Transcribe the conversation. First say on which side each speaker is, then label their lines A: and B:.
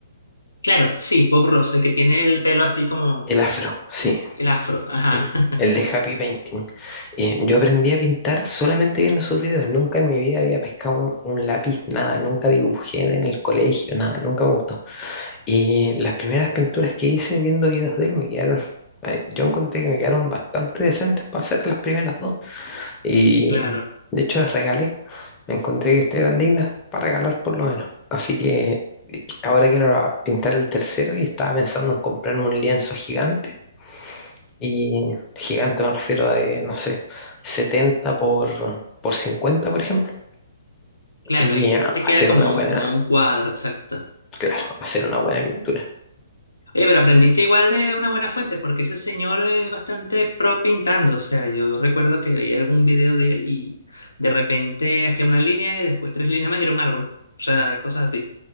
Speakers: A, on the left (about 75°); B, on the left (about 20°).
A: Claro, sí, Bob Ross, el que tiene el pelo así como
B: el afro, sí,
A: el afro. Ajá,
B: el,
A: <laughs>
B: el de Happy Painting. Eh, yo aprendí a pintar solamente viendo sus videos, nunca en mi vida había pescado un, un lápiz, nada, nunca dibujé en el colegio, nada, nunca me gustó. Y las primeras pinturas que hice viendo videos de él me quedaron, <laughs> yo encontré que me quedaron bastante decentes para hacer las primeras dos. Y
A: claro.
B: de hecho las regalé. Me encontré que este eran dignas para regalar por lo menos. Así que eh, ahora quiero a- pintar el tercero y estaba pensando en comprarme un lienzo gigante. Y gigante me refiero
A: Eh,
B: a de, no sé, 70 por, por 50, por ejemplo.
A: Claro,
B: Y
A: ahí
B: a-
A: te, te
B: hacer
A: queda como,
B: una buena,
A: como un cuadro, exacto.
B: claro, hacer una buena pintura.
A: Eh, pero aprendiste igual de una buena fuente, porque ese señor es bastante pro pintando. O sea, yo recuerdo que veía algún video de él y de repente hacía una línea y después tres líneas más y era un árbol. O sea, cosas así.